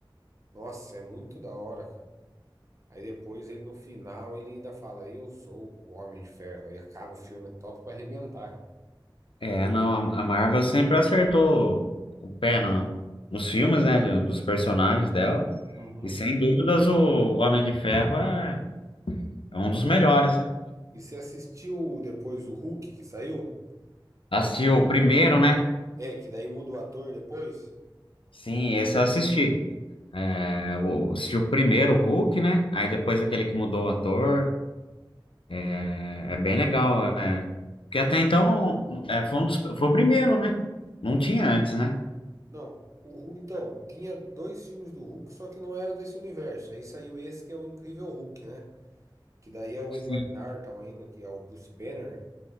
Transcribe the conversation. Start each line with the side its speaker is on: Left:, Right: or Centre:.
Right: Nossa, é muito da hora, cara. Aí depois ele no final ele ainda fala, eu sou o Homem de Ferro. Aí acaba o filme, é top pra arrebentar, cara.
Left: É, não, a, a Marvel sempre acertou o pé no, nos filmes, né? de- Dos personagens dela.
Right: Uhum.
Left: E sem dúvidas o Homem de Ferro é, é um dos melhores, né?
Right: E você assistiu depois o Hulk que saiu?
Left: Assisti o primeiro, né?
Right: É, que daí muda o ator depois?
Left: Sim, esse eu assisti. É, o, assistiu o primeiro, o Hulk, né? Aí depois aquele que mudou o ator. É, é bem legal. É. Porque até então é, foi, um dos- foi o primeiro, né? Não tinha antes, né?
Right: Não. O Hulk, então, tinha dois filmes do Hulk, só que não era desse universo. Aí saiu esse que é o Incrível Hulk, né? Que daí é o
Left: Sim.
Right: Edward Norton ainda, que é o Bruce Banner.